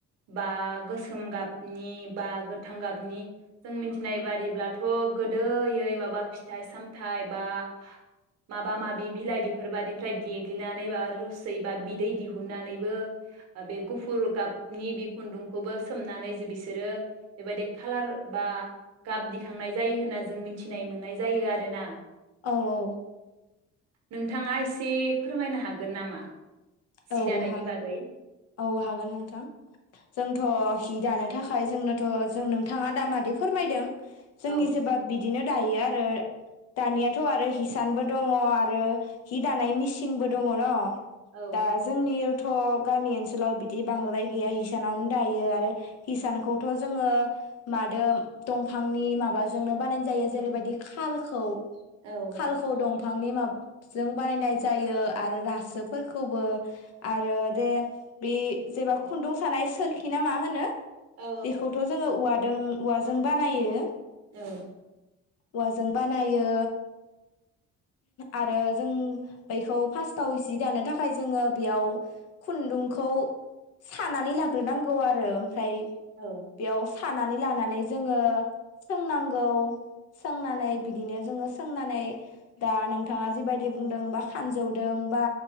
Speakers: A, on the right; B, on the left.
A: बा गोसोम गाब, नि बा गोथां गाबनि जों मिथिनाय बादिब्लाथ' गोदोयै माबा फिथाइ सामथाइ बा, माबा माबि बिलाइ बेफोरबादिनिफ्राय देग्लिनानै बा रोसै बा बिदै दिहुनन्नानैबो बे गुफुर गाबनि बि खुन्दुंखौबो सोमनानै जे बिसोरो बेबायदि खालार बा गाब दिखांनाय जायो, होनना जों मिथिनाय मोननाय जायो आरोना,
B: औ औ।
A: नोंथाङा एसे फोरमायनो हागोन नामा। जि
B: औ
A: दानायनि
B: हागोन
A: बागै
B: औ हागोन नोंथां जों। थ हि दानो थाखाय जोंनोथ जों नोंथाङा दा मादि फोरमायदों। जोंनि
A: औ
B: जेबा बि बिदिनो दायो आरो दानियाथ आरो हिसानबो दङ आरो हि दानाय मिसिंबो दङ न'
A: औ
B: दा जोंनि थ गामि ओनसोलाव बिदि बांद्राय गैया हिसानावनो दायो आरो हिसानखौथ जोङो मादो दंफांनि माबाजोंनो बानाय जायो जेरैबायदि खाालखौ
A: औ
B: खालखौ दं बिफांनि माबाजों बानायनाय जायो आरो रासो खौबो आरो दे बे जेबा खुन्दुं सानाय सोरखि ना मा होनो
A: औ
B: बेखौथ जोङो औवा औवाजों बानायो
A: औ।
B: औवाजों बानायो आरो जों बैखौ फास्स्टाव जि दानो थाखाय थाखाय जोङो बेयाव खुन्दुंखौ सानानै लाग्रोनांगौ आरो फ्राय
A: औ
B: बेयाव सानानै लानानै जोङो सोंनांगौ सोंनानै बिदिनो जोङो सोंनानै दा नोंथाङा जिबायदि बुंदों बा खानजौदों बा